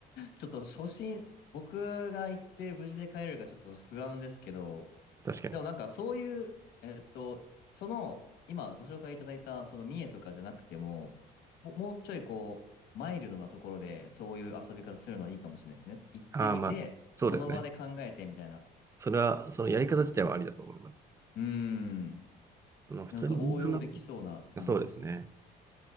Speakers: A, on the left (about 80°); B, on the right (about 15°).
A: ちょっと初心、僕が行って無事で帰れるかちょっと不安ですけど、
B: 確かに。
A: でもなんかそういう、えっと、その、今ご紹介いただいた、その三重とかじゃなくても、も、もうちょいこう、マイルドなところでそういう遊び方するのはいいかもしれないですね。行ってみて、
B: ああ、まあ、そうですね。
A: その場で考えてみたいな。
B: それは、そのやり方自体はありだと思います。
A: うーん。
B: あの、普通に
A: なんか応用できそうな感じでしたね。
B: Google マッそうですね。